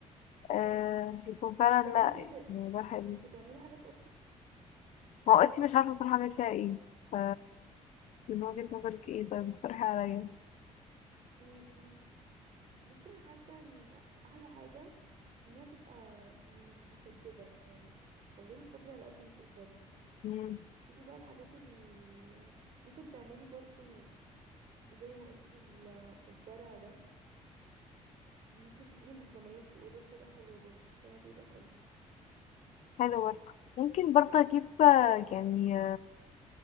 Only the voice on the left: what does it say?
آه هيكون فعلا
لا
الموضوع حلو
ما هو انتي مش عارفة بصراحة اعمل فيها ايه ف من وجهة نظرك ايه طيب اقترحي عليا
مم.
حلو برضه ممكن برضه اجيب آه، يعني